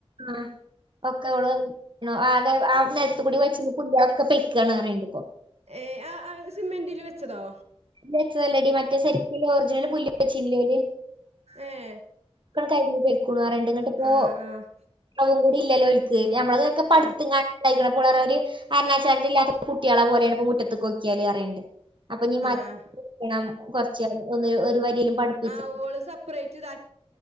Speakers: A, on the right; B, on the right.
A: ആ ഒക്കെ ഓള് ആ <unintelligible> കൂടി <unintelligible> ഒക്കെ പെയ്ക്കാണ് പറയ്ണ്ട്പ്പോ
B: ഏ ആ ആ സിമെന്റിൽ വെച്ചതോ
A: <unintelligible> ച്ചതല്ലടി മറ്റേ <unintelligible> ഒറിജിനൽ പുല്ലി വെച്ചില്ലേ അയില്
B: ഏഹ്
A: ക്കെണ് കരിഞ്ഞ് പൊയ്ക്കണൂ പറേന്ന്ണ്ട് ഇന്നട്ട് ഇപ്പോ
B: ആഹ് ആഹ്
A: അതും കൂടി ഇല്ലല്ലോ ഓൽക്ക് ഞമ്മളതൊക്കെ പടുത്തുങ്ങാണ്ട്
B: ആഹ്
A: ഇണ്ടായിക്കണപ്പോ ഓള് പറയാ ഒരു അരഞ്ഞാചരട് ഇല്ലാത്ത കുട്ടികളെ പോലെയാണ്പ്പോ മുറ്റത്തേക്ക് നോക്കിയാല് പറയണണ്ട് അഈ
B: ആഹ
A: ണം കൊറച്ച ഒന്ന് ഒരു വരിലും പഠിപ്പിച്ച
B: ആഹ് ഓള് സെപ്പറേറ്റ്